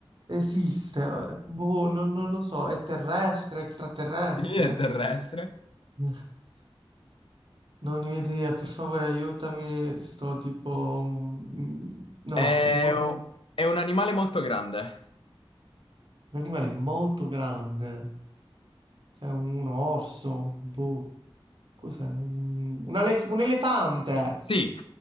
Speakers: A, on the right; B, on the left.
A: Esiste, eh, boh, non, non lo so, è terrestre, extraterrestre?
B: Sì, è terrestre.
A: <laughs> Non ne ho idea, per favore aiutami, sto tipo un... mm, No,
B: È,
A: un voto...
B: è un animale molto grande.
A: Un animale molto grande, cioè un orso, boh, cos'è? Un, un elef- un elefante!
B: Sì.